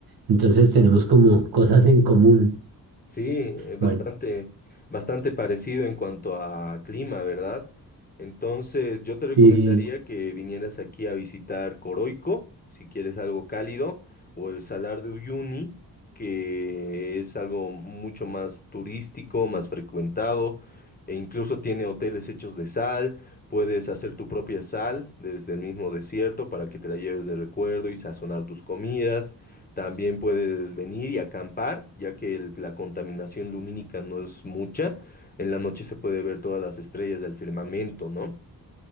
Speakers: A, on the right; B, on the left.
A: Entonces tenemos como cosas en común.
B: Sí, eh, bastante,
A: Bueno,
B: bastante parecido en cuanto a clima, ¿verdad? Entonces, yo te recomendaría
A: sí,
B: que vinieras aquí a visitar Coroico, si quieres algo cálido, o el Salar de Uyuni, que es algo mucho más turístico, más frecuentado, e incluso tiene hoteles hechos de sal. Puedes hacer tu propia sal desde el mismo desierto para que te la lleves de recuerdo y sazonar tus comidas. También puedes venir y acampar, ya que el- la contaminación lumínica no es mucha. En la noche se puede ver todas las estrellas del firmamento, ¿no?